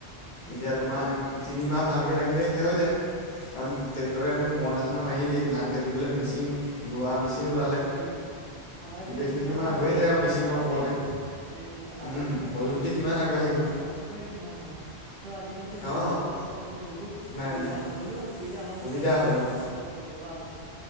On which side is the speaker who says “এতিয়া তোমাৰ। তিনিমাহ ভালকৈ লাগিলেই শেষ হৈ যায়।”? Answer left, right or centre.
Left